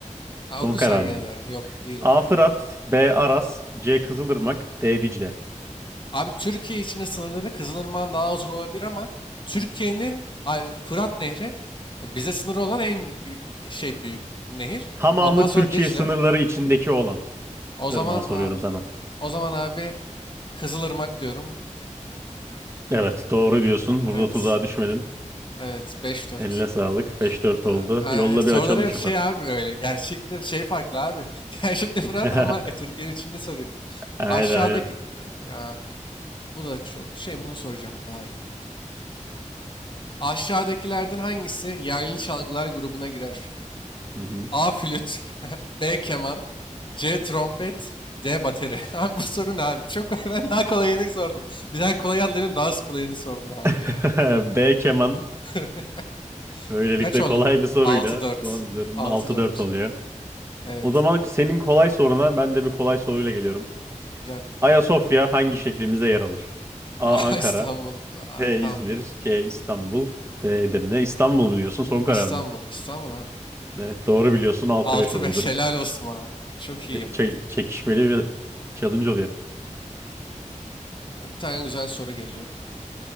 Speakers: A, on the left; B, on the right.
A: Ha,
B: Son
A: oku
B: karar
A: sen yine de. Yok değilim.
B: A. Fırat, B. Aras, C. Kızılırmak, D. Dicle.
A: Abi Türkiye içinde sınırları Kızılırmak'ın daha uzun olabilir ama Türkiye'nin ay, Fırat Nehri e, bize sınırı olan en büyük, şey büyük nehir.
B: Tamamı
A: Ondan sonra
B: Türkiye
A: Dicle.
B: sınırları içindeki olan
A: O zaman
B: ırmağa soruyorum
A: a-
B: sana.
A: o zaman abi Kızılırmak diyorum.
B: Evet, doğru diyorsun. Burada
A: Evet.
B: tuzağa düşmedin.
A: Evet beş dört.
B: Eline sağlık. 5-4
A: Aa,
B: oldu.
A: ay,
B: Yolla
A: Soruları
B: bir açalım şu
A: bir şey
B: farkı.
A: abi öyle. Gerçekte şey farklı abi. <laughs> Gerçekte Fırat
B: <laughs>
A: ama e, Türkiye'nin içinde soruyor.
B: Aynen
A: Aşağıdaki
B: aynen.
A: e, ya bu da çok şey bunu soracağım bu daha iyi. Aşağıdakilerden hangisi yaylı çalgılar grubuna girer?
B: Hı hı.
A: A. Flüt <laughs> B. Keman C. Trompet D. Bateri. <laughs> Abi bu soru ne abi? Çok <laughs> ben daha kolayını sordum. Bir tane kolay atlayayım daha az kolayını sordum abi
B: <laughs>
A: ya.
B: B. Keman.
A: <laughs>
B: Böylelikle
A: Kaç oldun?
B: kolay bir soruyla
A: Altı dört.
B: puan alıyorum.
A: Altı
B: 6-4
A: dört.
B: oluyor.
A: Evet.
B: O zaman senin kolay soruna ben de bir kolay soruyla geliyorum.
A: Gel.
B: Ayasofya hangi şehrimizde yer alır? A.
A: <laughs> Aa,
B: Ankara
A: İstanbul. Aa,
B: P
A: tamam
B: İzmir,
A: gel.
B: C İstanbul, D Edirne. İstanbul mu diyorsun? Son karar
A: İstanbul.
B: mı?
A: İstanbul abi.
B: Evet doğru biliyorsun Altı
A: Altı
B: beş oldu
A: 5
B: durum.
A: Helal olsun bana. Çok iyiyim.
B: Çe- çekişmeli ve challenge oluyor.
A: Bir tane güzel soru geliyor.